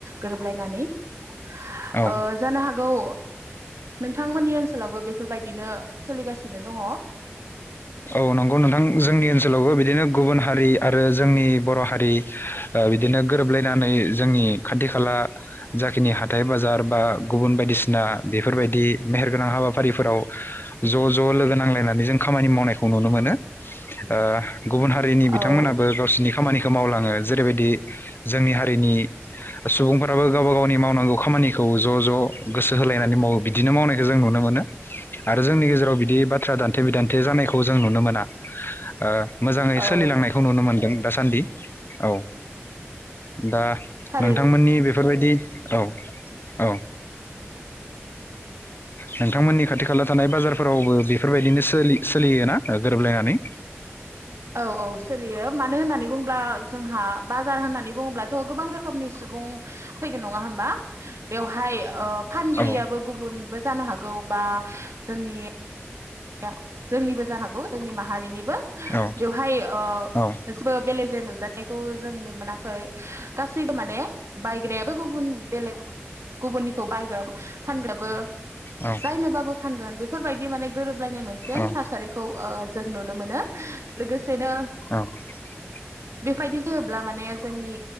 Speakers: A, on the right (about 90°); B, on the left (about 50°).
A: गोरोब अनलायनानै ओ
B: औ
A: जानो हागौ नोंथांमोननि ओनसोलावबो बेफोरबायदिनो सोलिगासिनो दङ?
B: औ नंगौ नोंथां जोंनि ओनसोलावबो बिदिनो गुबुन हारि आरो जोंनि बर' हारि ओ बिदिनो गोरोबलायनानै जोंनि खाथि खाला जाखिनि हाथाइ बाजार बा गुबुन बायदिसिना बेफोरबायदि मेहेरगोनां हाबाफारिफोराव ज' ज' लोगो नांलायनानै जों खामानि मावनाय खौ नुनो मोनो ओ गुबुन हारिनि बिथांमोनाबो
A: औ
B: गावसोरनि खामानिख दो मावलाङो जेरैबायदि जोंनि हारिनि सुबुंफोराबो गावबा गावनि मावनांगौ खामानिखौ ज' ज' गोसो होलायनानै माव बिदिनो मावनायखौ जों नुनो मोनो आरो जोंनि गेजेर आव बिदि बाथ्रा दान्थे बिदान थे जानायख' खौ जों नुनो मोना ओ मोजाङै
A: औ
B: सोलिलांनायखौ नुनो मोनदों। दासान्दि औ दा
A: थारै
B: नोंथांमोननि बेफोरबायदि औ औ ओ नोंथांमोननि खाथि खाला थानाय बाजारफोरावबो बेफोरबायदिनो सोलि सो सोलियोना ओ गोरोबलायनानै?
A: औ औ सोलियो मानो होननानै बुङोब्ला जोंहा बाजार होननानै बुङोब्लाथ गोबां रोखोमनि सुबुं फैगोन नङा होमबा बेवहाय ओब फानगिरियाबो
B: औ
A: गुबुनबो जानो हागौ बा जोंनि या जोंनिबो जानो हागौ जोंनि माहारिनिब बो
B: औ
A: बेवहाय ओ
B: औ
A: जेबो बेले जे जाथायखौ जों नुन मोनाखै। गासिबो माने बाइक ग्रायाबो गुबुन बेलेग गुबुननिखौ बायगोन फानग्राबो
B: औ
A: जायनोबाबो फानगोन बेफ फोरबायदि माने लायनाय मोनसे
B: औ
A: थासारिखौ ओ जों नुनो मोनो लोगोसेनो
B: <unintelligible>
A: बेफोबायदि जायोब्ला माने जोंनि